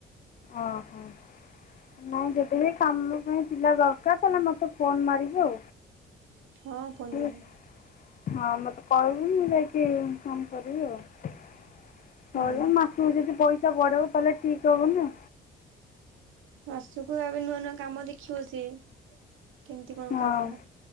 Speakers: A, on the left (about 45°); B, on the right (about 80°).
A: ଓହୋ। ନାଇଁ ଯଦି ବିି କାମ ପାଇଁ ପିଲା ଦରକାର ତାନେ ମୋତେ ଫୋନ ମାରିବୁ।
B: ହଁ ଫୋନ୍
A: ଠିକ୍
B: ମାରିବି।
A: ହଁ ମତେ କହିବୁ ମୁଁ ଯାଇକି ଫୋନ୍ କରିବି <unintelligible>
B: ହୁଁ।
A: ମା ତୁ ଯଦି ପଇସା ବଢ଼ଉ ତାହେଲେ ଠିକ ହବ ନା।
B: ମାସକୁ ଆବେ ନୂଆ ନୂଆ କାମ ଦେଖିବ ସିଏ। କେମିତି କଣ
A: ହଁ
B: କାମ